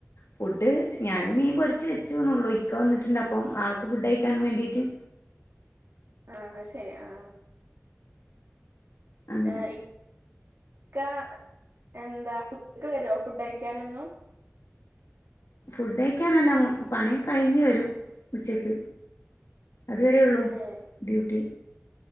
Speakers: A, on the left; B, on the right.
A: ഫുഡ് ഞാനും മീൻ പൊരിച്ച് വെച്ചു ന്നൊള്ളൂ. ഇക്ക വന്നിട്ടുണ്ട് അപ്പം ആൾക്ക് ഫുഡ് കയ്ക്കാൻ വേണ്ടിട്ട്.
B: ആഹ് ആയ് ശരി ആഹ്
A: അങ്ങനെ
B: ഏഹ് ഇ ക്കാ എന്താ <unintelligible> ഫുഡ് കയ്ക്കാനൊന്നും.
A: ഫുഡയ്ക്കാനല്ല മൊ പണി കഴിഞ്ഞ് വരും ഉച്ചക്ക്. അതുവരെേ ഒള്ളൂ
B: ഏ
A: ഡ്യൂട്ടി.